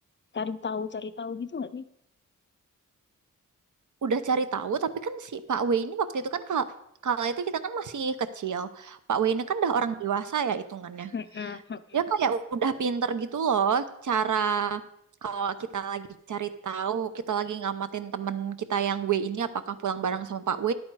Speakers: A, on the left; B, on the right.
A: cari tahu, cari tahu gitu nggak sih?
B: udah cari tahu tapi kan si Pak W ini waktu itu kan kalau kalau itu kita kan masih kecil Pak W ini kan udah orang dewasa ya hitungannya
A: Mm-mm. Mm-mm.
B: Dia kayak udah pinter gitu loh cara kalau kita lagi cari tahu, kita lagi ngamatin temen kita yang W ini apakah pulang bareng sama Pak W,